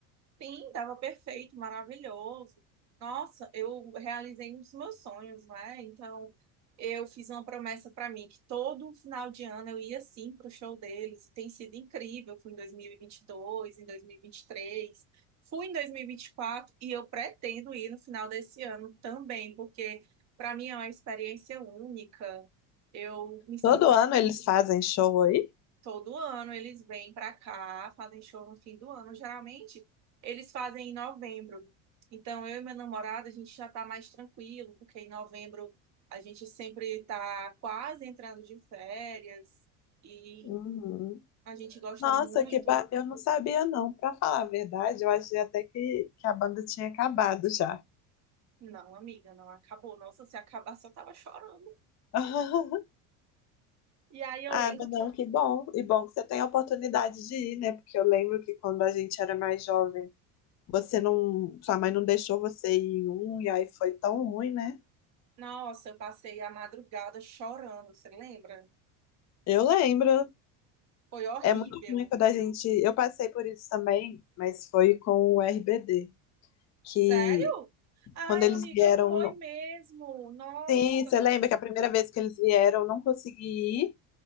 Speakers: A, on the right; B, on the left.
A: Sim, estava perfeito, maravilhoso. Nossa, eu realizei um dos meus sonhos, né? Então, eu fiz uma promessa para mim que todo final de ano eu ia sim pro show deles. E tem sido incrível. Fui em dois mil e e vinte e dois em dois mil e e vinte e três fui em dois mil e e vinte e quatro e eu pretendo ir no final desse ano também, porque para mim é uma experiência única. Eu me sinto
B: Todo ano eles fazem show aí?
A: Todo ano eles vêm para cá, fazem show no fim do ano. Geralmente eles fazem em novembro. Então eu e meu namorado a gente já está mais tranquilo, porque em novembro a gente sempre está quase entrando de férias e
B: Uhum.
A: a gente gosta
B: Nossa,
A: muito.
B: que ba... eu não sabia não. Pra falar a verdade, eu achei até que, que a banda tinha acabado já.
A: Não, amiga, não acabou. Nossa, se acabasse eu tava chorando.
B: <laughs>
A: E aí eu
B: Ah,
A: lembro
B: mas
A: que,
B: não, que bom. E bom que você tem a oportunidade de ir, né? Porque eu lembro que quando a gente era mais jovem, você não, sua mãe não deixou você ir em um e aí foi tão ruim, né?
A: nossa, eu passei a madrugada chorando, você lembra?
B: Eu lembro.
A: Foi horrível.
B: É muito ruim quando a gente, eu passei por isso também, mas foi com o RBD,
A: Sério?
B: que
A: Ai,
B: quando eles
A: amiga,
B: vieram,
A: foi
B: no-
A: mesmo. Nossa.
B: sim, você lembra que a primeira vez que eles vieram, eu não consegui ir.